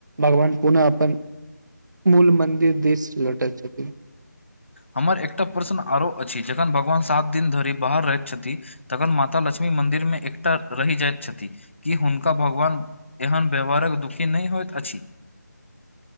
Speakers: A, on the right; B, on the left.
A: भगवान पुनः अपन मूल मन्दिर दिस लौटेत छथि।
B: हमर एकटा प्रश्न आरो अछि जखन भगवान सात दिन धरि बाहर रहैत छथि तखन माता लक्ष्मी मन्दिरमे एकटा रैह जाएत छथि। कि हुनका भगवान एहन व्यवहारक दुखी नै होएत अछि।